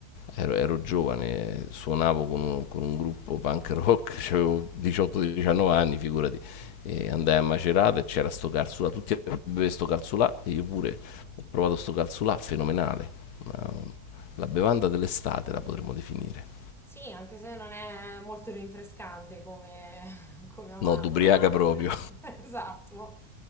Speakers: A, on the left; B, in the centre.
A: ero, ero giovane, suonavo con un, con un gruppo punk rock, <laughs> cioè avevo 18-19 anni, figurati, e andai a Macerata e c'era sto calzulà, tutti bevevano sto calzulà e io pure ho provato sto calzulà, fenomenale, Ma, um, la bevanda dell'estate la potremmo definire.
B: Sì, anche se non è molto rinfrescante come, <laughs> come amaro,
A: No, d'ubriaca
B: devo
A: proprio.
B: dire. <laughs> Esatto.